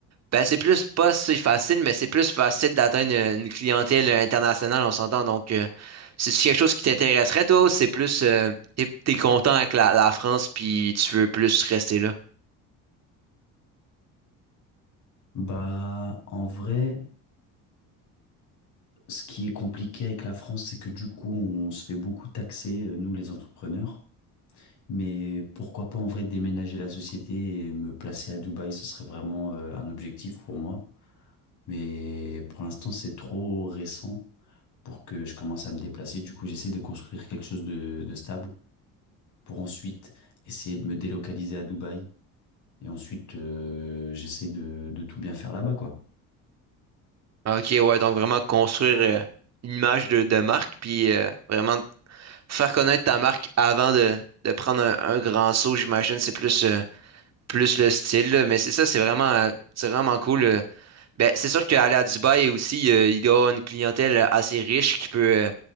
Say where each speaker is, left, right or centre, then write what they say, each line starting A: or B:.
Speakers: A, on the right; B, on the left.
A: Ben, c'est plus pas si facile, mais c'est plus facile d'atteindre une une clientèle internationale, on s'entend. Donc, euh, c'est quelque chose qui t'intéresserait, toi, ou c'est plus, euh, t'es, t'es content avec la, la France, puis tu veux plus rester là.
B: Bah, en vrai, ce qui est compliqué avec la France, c'est que du coup, on se fait beaucoup taxer, euh, nous, les entrepreneurs. Mais pourquoi pas en vrai déménager la société et me placer à Dubaï, ce serait vraiment euh, un objectif pour moi. Mais pour l'instant, c'est trop récent pour que je commence à me déplacer. Du coup, j'essaie de construire quelque chose de, de stable pour ensuite essayer de me délocaliser à Dubaï. Et ensuite, euh, j'essaie de, de tout bien faire là-bas, quoi.
A: Ok, ouais, donc vraiment construire euh, une image de, de marque, puis euh, vraiment faire connaître ta marque avant de, de prendre un, un grand saut, j'imagine, c'est plus, euh, plus le style, là. Mais c'est ça, c'est vraiment, euh, c'est vraiment cool. euh. Ben, c'est sûr qu'aller à Dubaï aussi, euh, il y a une clientèle assez riche qui peut, euh,